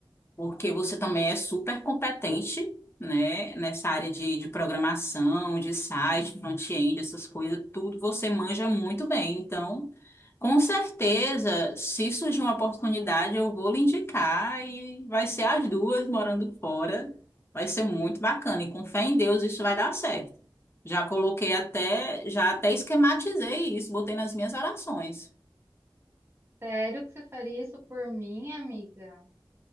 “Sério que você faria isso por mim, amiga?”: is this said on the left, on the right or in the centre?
Right